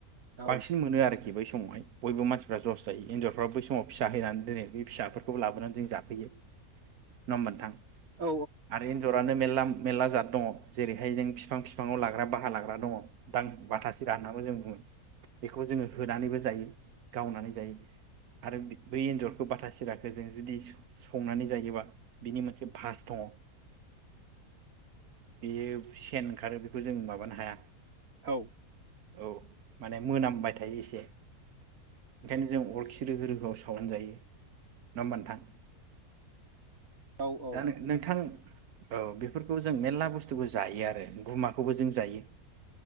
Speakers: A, on the right; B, on the right.
A: औ
B: बांसिन मोनो आरोखि बै सम समावहाय बयबो मानसि फोरा जस जायो एन्जरफ्रा बै समाव फिसा हैनानै दोनै बे फिसाफोरखौबो लाबोनानै जों जाफैयो नङा होनबा नोंथां।
A: औ
B: आरो एन्जरानो मेरल लाम मेरला जाद दङ जेरैहाय जों फि बिफां बिफांव लाग्रा बारा लाग्रा दङ दां बाथा सिरा होन्नानैबो जों बुङो बेखौ जोङो होनानैबो जायो गावनानै जायो आरो बै एन्जरखौ बाथा सिराखौ जों जुदि संनानै जायोबा बिनि मोनसे भास दङ बेयो सेन ओंखारो बेखौ जों माबानो हाया
A: औ
B: औ माने मोनामबाय थायो एसे ओखायनो जों अरखि रोहो रोहोआव सावना जायो नङा होमब नोंथां
A: औ
B: दा नों-नोंथां औ बेफोरखौ जों मेर्ला बुस्थुखौ जायो आरो गुमाखौबो जों जायो